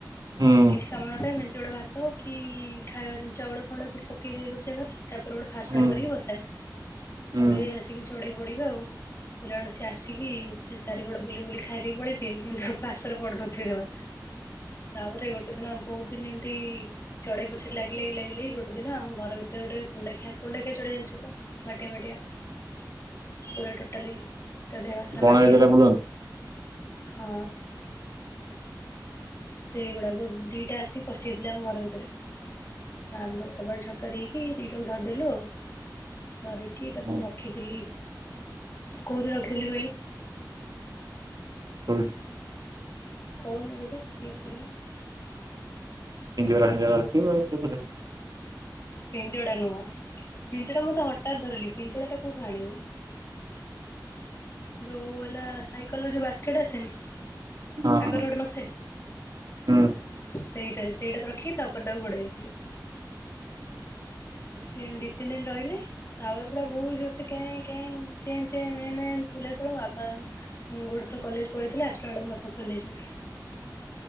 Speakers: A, on the right; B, on the left.
A: ହୁଁ
B: କିଛି କାମ ନଥାଏ ମେନ୍ଚଡ଼ ଭାତ କି ଖାଇବା ଦିନ ଚାଉଳ ଫାଉଳ ବି ପକେଇ ଦିଏ ଗୋଟେ ଜାଗାରେ ତାପରେ ଗୋଟେ ଫାସ
A: ହୁଁ
B: ଟେ କରିକି
A: ହୁଁ।
B: ବସାଏ
A: ହୁଁ
B: ଏବେ ଆସିକି ଚଢେଇ ପଡିବ ଆଉ। ଦେଖିଲାବେଳକୁ ସେ ଆସିକି ସେ ଚାରିପଟ ବୁଲି ବୁଲି ଖାଇ ଦେଇକି ପଳେଇଥିବେ କିନ୍ତୁ ପାସରେ ପଡ଼ୁନଥିବେ ଜମା। ତାପରେ ଗୋଟେ ଦିନ ବହୁତ ଦିନ ଏମତି ଚଢେଇ ପଛରେ ଲାଗି ଲାଗି ଲାଗି ଗୋଟେ ସେ ଦିନ ଆମ ଘର ଭିତରେ ଗୋଟେ କୁଣ୍ଡା ଖିଆ କୁଣ୍ଡା ଖିଆ ଚଢେଇ ଜାଣିଥିବ ତ ମାଟିଆ ମାଟିଆ ପୁରା ଟୋଟାଲି ତା ଦେହସାରା
A: ବଣ
B: ମାଟିଆ
A: ଏରିଆରେ ବୁଲନ୍ତି?
B: ହଁ। ସେଇଗୁଡା ଗ ଦିଟା ଆସି ପଶି ଯାଇଥିଲେ ଆମ ଘର ଭିତରେ। ତା ଆମର କବାଟ ଝରକା ଦେଇକି ଦିଟାକୁ ଧରିଦଲୁ ଆଉ। ଧରିକି ତାକୁ
A: କୋଉଠି
B: ରଖିଥିଲି କୋଉଠି ରଖିଥିଲି କହିଲୁ।
A: କୋଉଠି?
B: କହନୁ ଗୋଟେ ଗେସ୍ କରିକି।
A: ପିଞ୍ଜରା ଫିଞ୍ଜରା ରଖିଥିବୁ ଆଉ କୋଉଥିରେ।
B: ପିଞ୍ଜଡା ନୁହଁ ପିଞ୍ଜଡା ମୁଁ ତ ହଠାତ୍ ଧରିଲି ପିଞ୍ଜଡା ଟା କୋଉଠୁ ଆଣିବି। ଯୋଉ ହେଲା ସାଇକେଲ ଯୋଉ ବାସ୍କେଟ ଆସେନି
A: ହଁ
B: ଆଗରେ
A: ହଁ
B: ଗୋଟେ ନଥାଏ।
A: ହୁଁ।
B: ସେଇତାରେ ସେଇଟା ତ ରଖିକି ତାପରେ ତାକୁ ଘୋଡେଇ ଦେଇଥିଲୁ। ସିଏ ଦି ତିନି ଦିନ ରହିଲେ ତାପରେ ପୁରା ବହୁ ଯରସେ କେଁ କେଁ ଚେଁ ଚେଁ ମେଁ ମେଁ। ହେଲେ ଏତେବେଳେ ବାପା ମୁଁ ଗୋଟେ ଥର କଲେଜ ପଳେଇି ଥିଲି ଆସିଲା ବେଳକୁ ବାପା ଖୋଲି ଦେଇଛନ୍ତି।